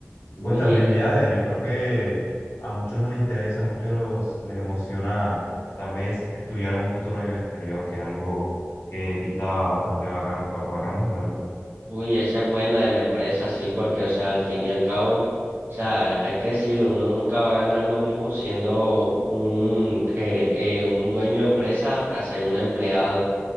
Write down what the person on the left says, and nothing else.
Y
pues también viajes, yo creo que a muchos nos interesa, a muchos los- les emociona tal vez estudiar un futuro en el exterior, que es algo que pinta bastante bacano, ba- bacano, la verdad.